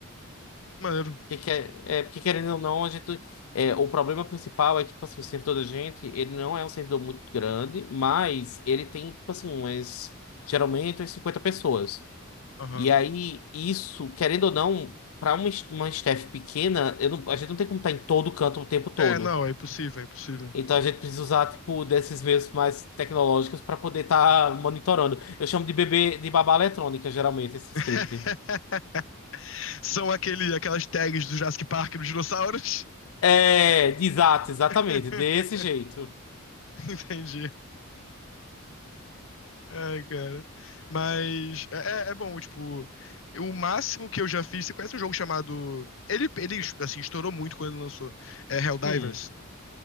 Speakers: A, on the left; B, on the left.
A: Maneiro.
B: Porque, quer- é, é, porque querendo ou não, a gente. É, o problema principal é que, tipo assim, o servidor da gente, ele não é um servidor muito grande, mas ele tem, tipo assim, umas, geralmente umas 50 pessoas.
A: Aham.
B: E aí, isso, querendo ou não, para uma, es- uma staff pequena, eu não- a gente não tem como estar em todo canto o tempo todo.
A: É, não, é impossível, é impossível.
B: Então a gente precisa usar, tipo, desses meios mais tecnológicos para poder estar monitorando. Eu chamo de bebê, de babá eletrônica, geralmente, esse script.
A: <laughs> são aquele, aquelas tags do Jurassic Park dos dinossauros.
B: É, exato, exatamente,
A: <laughs>
B: desse jeito.
A: Entendi. Ai, cara. Mas é, é é bom, tipo, o máximo que eu já fiz. Você conhece um jogo chamado. Ele, ele assim, estourou muito quando ele lançou. É Helldivers.
B: Hum.